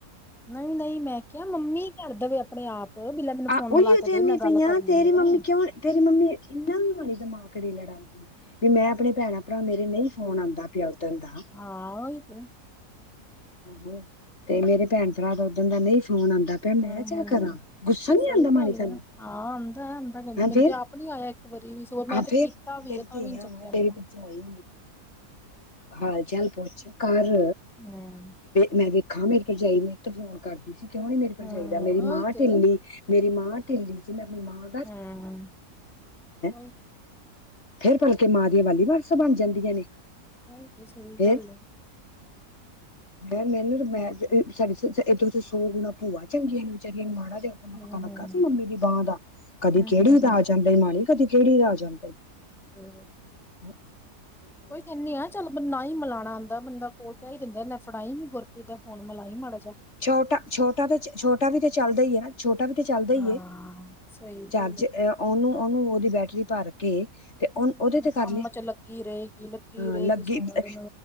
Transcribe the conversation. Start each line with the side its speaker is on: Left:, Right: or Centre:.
Centre: ਨਹੀਂ-ਨਹੀਂ ਮੈਂ ਕਿਹਾ ਮੰਮੀ ਕਰ ਦੇਵੇ ਆਪਣੇ ਆਪ। ਬਿਲਾ ਮੈਨੂੰ
Left: ਆਹ
Centre: ਫੋਨ
Left: ਉਓਈਓ
Centre: ਮਿਲਾ ਕੇ ਦੇ
Left: ਆਦੀ
Centre: ਮੈਂ
Left: ਪਈਆਂ
Centre: ਗੱਲ ਕਰਨੀ
Left: ਤੇਰੀ
Centre: ਹੈ
Left: ਮੰਮੀ ਕਿਉਂ ਤੇਰੀ ਮੰਮੀ ਇੰਨਾ ਵੀ ਮਾੜੀ ਦਿਮਾਗ ਨਹੀ ਲੜਾਣਦੀ ਵੀ ਮੈਂ ਆਪਣੇ ਭੈਣਾਂ ਭਰਾ ਮਰੇ ਨਹੀਂ ਫੋਨ ਆਂਦਾ ਪਿਆ ਓਹਦਣ ਦਾ
Centre: ਹਾਂ ਉਹੀ ਤੇ।
Left: ਆਹੋ ਤੇ ਮੇਰੇ ਭੈਣ ਭਰਾ ਦਾ ਓਦਣ ਦਾ ਨਹੀਂ ਫੋਨ ਆਉਂਦਾ ਭੈ ਮੈਂ
Centre: ਹਮ
Left: ਚ
Centre: ਹਮ
Left: ਕਰਾਂ। ਗੁੱਸਾ ਨੀ
Centre: ਸਹੀ
Left: ਆਉਂਦਾ
Centre: ਗੱਲ
Left: ਮਾੜੀ ਤੈਨੂੰ
Centre: ਹੈ। ਹਾਂ ਆਉਂਦਾ ਆਂਦਾ ਨ
Left: ਹੈਂ
Centre: ਮੈਨੂੰ
Left: ਫੇਰ
Centre: ਤੇ ਆਪ ਨ ਆਇਆ ਇੱਕ ਵਾਰੀ ਵੀ ਸ ਮੈਂ
Left: ਹਾਂ
Centre: ਤੇ
Left: ਫੇਰ
Centre: ਕੀਤਾ ਤਾਂ ਵੀ
Left: ਤੇਰੀ
Centre: ਆ ਤਾਂ
Left: ਧੀਆਂ
Centre: ਵੀ ਨਹੀ ਚੱਕਿਆ
Left: ਵਾ ਤੇਰੀ
Centre: ਮੇਰਾ।
Left: ਭਰਜਾਈ ਹਾਲ ਚਾਲ ਪੁੱਛ ਘਰ।
Centre: ਹਮ।
Left: ਮੈਂ ਵੇਖਾ, ਮੇਰੀ ਭਰਜਾਈ ਨਿੱਤ ਫੋਨ ਕਰਦੀ ਸੀ। ਕਿਉਂ ਨਹੀਂ ਮੇਰੀ ਭਰਜਾਈ,
Centre: ਹਮ
Left: ਤਾ ਮੇਰੀ ਮਾਂ।
Centre: ਉਹੀ ਤੇ
Left: ਢਿੱਲੀ ਮੇਰੀ ਮਾਂ ਢਿੱਲੀ ਸੀ। ਮੈਂ ਆਪਣੀ ਮਾਂ।
Centre: ਹਮ ਉਹੀ
Left: <inaudible> ਫੇਰ ਭਲਕੇ ਮਾਂ ਦੀਆਂ ਵਾਲੀ ਵਾਰਸਾਂ ਬਣ ਜਾਂਦੀਆਂ ਨੇ।
Centre: ਉਹੀ ਤੇ ਸਹੀ
Left: ਫੇਰ
Centre: ਗੱਲ ਏ।
Left: ਮੈਂ ਕਿਹਾ ਮੈਨੂੰ ਨ ਸੂਟ ਏਦੋਂ ਤੇ ਸੌ ਗੁਣਾ ਭੂਆ ਚੰਗੀ ਨੇ ਵਿਚਾ। ਮਾੜਾ ਜਿਹਾ ਉਦਣ ਦਾ
Centre: ਹੂੰ
Left: ਪਤਾ
Centre: ਹੂੰ
Left: ਲੱਗਾ ਸੀ। ਮੰਮੀ ਦੀ ਬਾਂਹ ਦਾ। ਕਦੀ
Centre: ਹੂੰ
Left: ਗੇੜੀ
Centre: ਹੂੰ
Left: ਲਾ
Centre: ਹੂੰ
Left: ਜਾਂਦੀ। ਇਮਾਣੀ ਕਦੀ ਗੇੜੀ ਲਾ ਜਾਂਦੇ।
Centre: ਹੂ।
Left: ਹਮ।
Centre: ਓਏ ਕਹਿਣੇ ਆ ਚਲ। ਨਾ ਹੀ ਮਲਾਉਣਾ ਆਉਂਦਾ। ਬੰਦਾ ਕੋਲ ਕਹਿ ਹੀ ਦਿੰਦਾ। ਲੈ ਨੀਂ ਫੜਾਈ ਨੀ ਗੁਰਪ੍ਰੀਤ ਦਾ ਫੋਨ ਮਿਲਾਈ ਮਾੜਾ ਜਿਹਾ।
Left: ਛੋਟਾ ਛੋਟਾ ਤੇ ਛੋਟਾ ਵੀ ਤੇ ਚੱਲਦਾ ਏ। ਛੋਟਾ ਵੀ ਤੇ ਚੱਲਦਾ ਏ
Centre: ਹਾਂ ਸਹੀ
Left: ਚਾਰਜ।
Centre: ਗੱਲ
Left: ਉਹਨੂੰ ਉਹਨੂੰ ਉਹਦੀ ਬੈਟਰੀ ਭਰ ਕੇ।
Centre: ਏ
Left: ਤੇ ਹੁਣ ਉਹਦੇ ਤੇ
Centre: ਕੰਮ
Left: ਕਰ ਲਈ
Centre: ਚ ਲੱਗੀ ਰਹੇਗੀ ਲੱਗੀ
Left: ਹ
Centre: ਰਹੇਗੀ
Left: ਲੱਗੀ
Centre: ਸਾਰਾ
Left: ਅ
Centre: ਦਿਨ